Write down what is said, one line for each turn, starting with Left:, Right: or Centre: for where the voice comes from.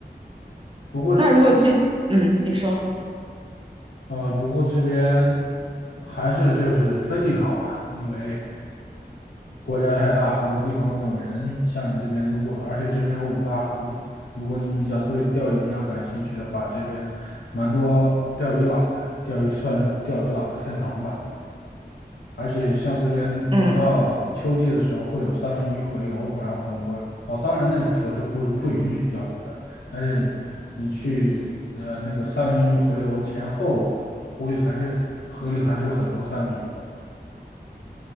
Left: 不过这边。
Right: 那如果去，嗯，你说，
Left: 呃，不过这边还是就是风景好嘛，因为国家太大，很多地方都没有人。像你这边，如果而且这边有五大湖，如果你比较对钓鱼比较感兴趣的话，这边蛮多钓鱼佬的，钓鱼算是钓鱼佬的天堂吧。而且像这边每到秋季的时候会有三文鱼洄游，
Right: 嗯
Left: 然后很多哦，当然那个时候是不不允许钓鱼的，但是你去呃那个三文鱼洄游前后，湖里还是河里还是有很多三文鱼的，